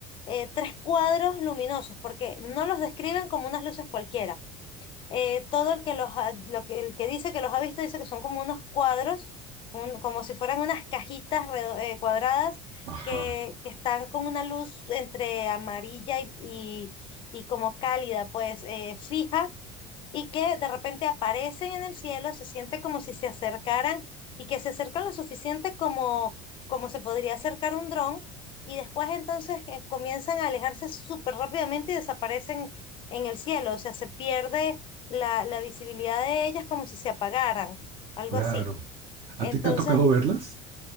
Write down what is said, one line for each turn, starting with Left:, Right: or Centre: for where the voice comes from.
Left: eh, tres cuadros luminosos, porque no los describen como unas luces cualquiera eh, todo el que los ha- lo que, el que dice que los ha visto dice que son como unos cuadros, un- como si fueran unas cajitas redo- eh, cuadradas
Right: Ajá,
Left: que, que están con una luz entre amarilla y, y, y como cálida, pues eh, fija y que de repente aparecen en el cielo, se siente como si se acercaran y que se acercan lo suficiente como, como se podría acercar un dron y después entonces eh, comienzan a alejarse súper rápidamente y desaparecen en el cielo, o sea, se pierde la, la visibilidad de ellas como si se apagaran, algo
Right: claro.
Left: así. Entonces,
Right: ¿A ti te ha tocado verlas?